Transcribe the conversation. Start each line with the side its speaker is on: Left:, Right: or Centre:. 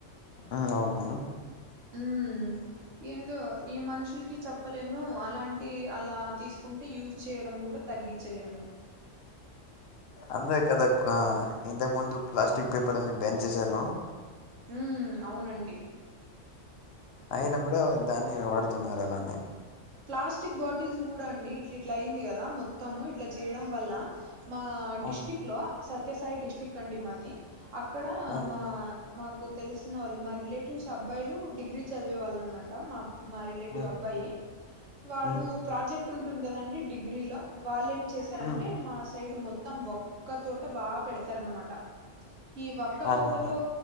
Left: ఆ అవునా
Right: ఉమ్ ఏందో ఈ మనుషులకి చెప్పలేము అలాంటి అలా తీసుకుంటే యూస్ చేయడం కూడా తగ్గించలేము
Left: అందే కదా ఇంతకు ముందు ప్లాస్టిక్ పేపర్లని బ్యాన్ చేసారు
Right: ఊ అవునండి
Left: అయిన కూడా దాన్నే వాడుతున్నారా అలానే
Right: ప్లాస్టిక్ బాటిల్స్ కూడా అండి ఇట్ల ఇట్లా అయింది కదా మొత్తము ఇట్లా చేయడం వల్ల మా డిస్ట్రిక్ట్
Left: ఆ
Right: లో సత్యసాయి డిస్టిక్ అండి మాది అక్కడ
Left: ఆ
Right: మా మాకు తెలిసిన వాళ్ళు మా రిలేటివ్స్ అబ్బాయిలు డిగ్రీ చదివే వాళ్ళు అనమాట మా మా రిలేటివ్
Left: హ్మ్
Right: అబ్బాయి వాడు
Left: హ్మ్
Right: ప్రాజెక్ట్ ఉంటుంది కదండి డిగ్రీ లో వాళ్ళు ఏం చేశారంటే
Left: హ్మ్
Right: మా సైడ్ మొత్తం వక్క తోట బాగా పెడతారనమాట ఈ వక్క
Left: ఆహాహా
Right: తోటలో